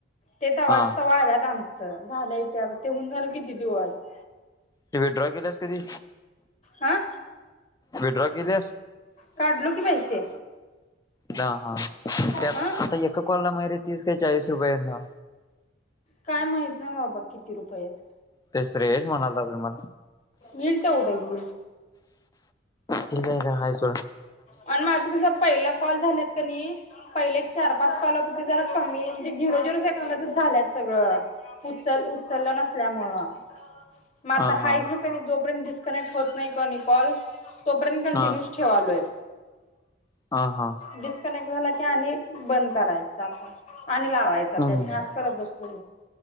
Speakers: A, on the left (about 35°); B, on the left (about 20°).
A: ते तवाच्या
B: हा
A: तवा आलेलं आमच. झालंय की, ते होऊन झालं की किती दिवस.
B: ते विड्रॉ केल्यास कधी
A: आं.
B: विड्रॉ केल्यास
A: काढलो की पैसे.
B: ह हा. त्या
A: हा
B: आता एका कॉल ला मला तीस का चाळीस रुपयेचा.
A: काय माहित ना बाबा किती रुपये आहेत.
B: ते श्रेय म्हणालात बाई मला.
A: येईल तेवढं येईल
B: ठीक आहे. आहेस.
A: आणि माझं कस पहिला कॉल झालेत कणी. पहिले चार-पाच. कॉल कमी. म्हणे झरो-झरो झाल्या सगळं उचल नल्यामुळे. हो. मग आता
B: हा हा
A: हाय जोपर्यंत डिस्कनेक्ट होत नाही कॉल. तोपर्यंत कंटिन्यू.
B: हा
A: ठेवलोय.
B: हा हा
A: डिस्कनेक्ट झाला की आणि. बंद करायचा आपण आणि लावायचा.
B: हम्म
A: त्या अस करत बसतो. हो.